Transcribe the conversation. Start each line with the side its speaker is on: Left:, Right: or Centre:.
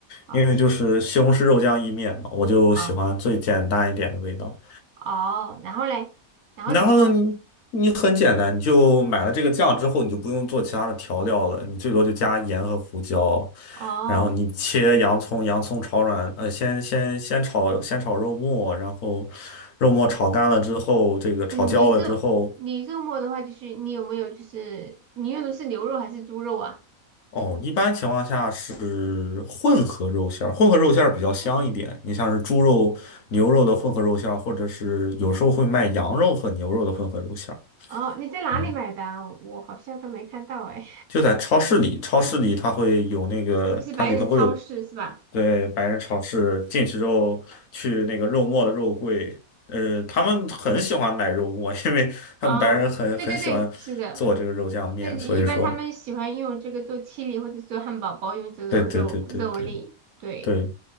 Right: 好吃，
Left: 因为就是西红柿肉酱意面嘛，我就喜欢最简单一点的味道。
Right: 啊，哦，然后嘞，然后怎么做？
Left: 然后你你很简单，你就买了这个酱之后，你就不用做其他的调料了，你最多就加盐和胡椒，
Right: 哦，
Left: 然后你切洋葱，洋葱炒软，呃，先先先炒先炒肉末，然后肉末炒干了之后，这个炒焦了之后，
Right: 嗯你肉你肉末的话，就是你有没有就是你用的是牛肉还是猪肉啊？
Left: 哦，一般情况下是混合肉馅儿，混合肉馅儿比较香一点。
Right: 哦
Left: 你像是猪肉、牛肉的混合肉馅儿，或者是有时候会卖羊肉和牛肉的混合肉馅儿。
Right: 哦，你在哪里买的啊？
Left: 嗯
Right: 我好像都没看到哎，
Left: 就在超市里，超市里它会有那个，
Right: <laughs> 就是白人超市是吧？
Left: 它里头会有对白人超市进去之后去那个肉末的肉柜，呃，他们很喜欢买肉末，因为他们白人很很喜欢做这个肉酱面，
Right: 哦，对对对，是的，这一般他们喜欢用这个做七里或者做汉堡包，
Left: 所以说，
Right: 用这种肉肉粒，
Left: 对对对对对
Right: 对。
Left: 对，